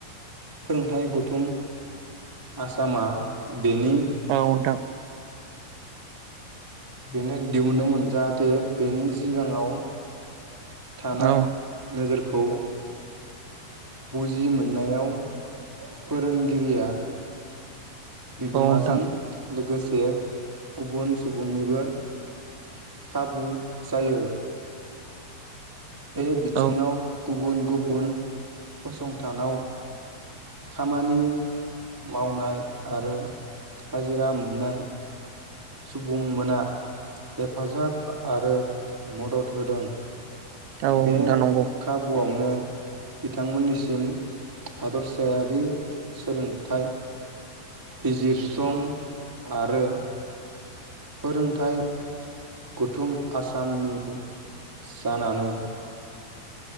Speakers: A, on the right (about 20°); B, on the right (about 80°).
A: फोरोंथायाइ गौथुम आसामा बेनि
B: औ ओंथां
A: बेनो दिहुनदोंमोन। जाहाथे बेनि सिगाङाव थानाय
B: औ
A: नोजोरखौ बुजि मोननायाव फोरोंगिरिया बिगोमाजों
B: औ नोंथां
A: लोगोसे गुबुन सुबुंनिबो खाबु जायो। बे बिथिङाव
B: औ
A: गुबुन गुबुन फसंथानाव खामानि मावनाय आरो हाजिरा मोननाय सुबुंमोना हेफाजाब आरो मदद होदों।
B: औ
A: बे
B: नोंथां नंगौ
A: खाबुआवनो बिथांमोननिसिम हादरसायारि सोलोंथाइ। बिजिरसं आरो फोरोंथाइ। गुथुम आसामनि जानानै